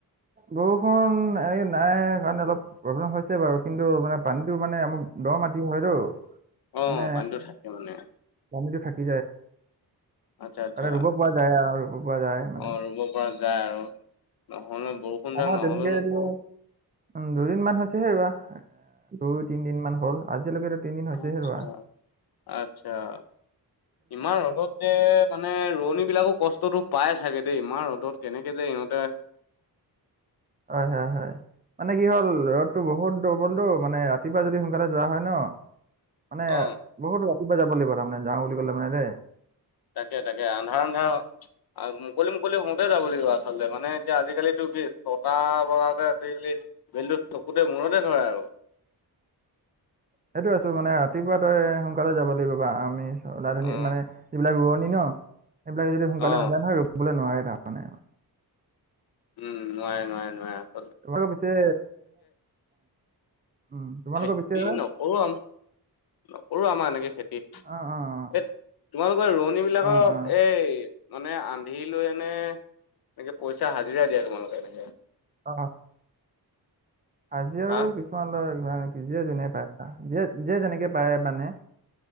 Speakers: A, on the right; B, on the left.
A: বৰষুণ এনে নাই কাৰণে অলপ প্ৰব্লেম হৈছে বাৰু। কিন্তু মানে পানীতটো মানে আমা দৰ মাটি হয়তো,
B: অ
A: মানে
B: পানীটো থাকে মানে
A: পানীটো থাক
B: আচ্ছা আচ্ছা
A: <unintelligible> ৰুব পৰা যায় আৰু। ৰুব পৰা যায় মানে।
B: অ ৰুব পৰা যায় আৰু নহ'লে বৰষুণ
A: আমাৰ
B: দাল নহলে
A: তেনেকে
B: নো
A: এইটো
B: ক
A: উম দুদিন মান হৈছে হে ৰুবা। দুই তিনদিন মান হ'ল আজিলৈকে তিনিদিন হৈছে
B: আচ্ছা
A: হে ৰুবা।
B: আচ্ছা ইমান ৰ'দত যে মানে ৰোৱনী বিলাকো কষ্টতটো পাই চাগে দেই, ইমান ৰ'দত কেনেকে যে সিহঁতে
A: হয়-হয়-হয় মানে কি হ'ল ৰ'দতটো বহুত দৰ্বলতটো মানে ৰাতিপুৱা যদি সোনকালে যোৱা হয় ন, মানে
B: অ
A: বহুত কিবা যাব লাগিব তাৰমানে যাওঁ বুলি ক'লে মানে দে
B: তাকে তাকে আন্ধাৰ আন্ধাৰ মুকলি মুকলি হওঁতে যাব লাগিব আচলতে মানে এতিয়া আজিকালি ছয়তা বজাত আজি কালি বেলি চকুতে মূৰতে ধৰে আৰু।
A: সেইটোৱে মানে ৰাতিপুৱা তই সোনকালে যাব লাগিব বা আমি অলা ধনী
B: অ
A: মানে, যিবিলাক ৰুৱোনী ন সেইবিলাক যদি সোনকালে
B: অ
A: নেযায় নহয় ৰুবলৈ নোৱাৰে তাৰ মানে
B: উম নোৱাৰে-নোৱাৰে-নোৱাৰে।
A: তোমালোকৰ পিছে উম, তোমালোকৰ
B: খেতি
A: পিছে অ',
B: নকৰো আমাৰ, নকৰো আমাৰ এনেকে খেতি।
A: অ', অ',
B: এই তোমালোকৰ ৰোৱনী বিলাকক
A: অ', অ',
B: এই মানে আন্ধি লৈ এনে, এনেকে পইচা হাজিৰা দিয়া তোমালোকে এনেকে।
A: অ'। হাজিৰাও
B: হা
A: আৰু কিছুমান লয়। <unintelligible> যিয়ে যেনেকে পায়ছা যিয়ে যে যেনেকে পায় মানে